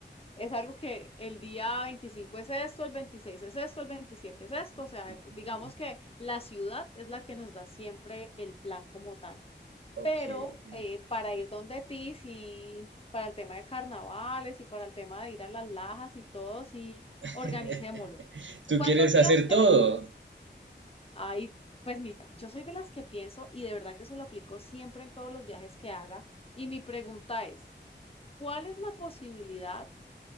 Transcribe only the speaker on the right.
Ok,
ok.
Ok,
ok.
<laughs> ¿Tú
quieres
hacer
todo?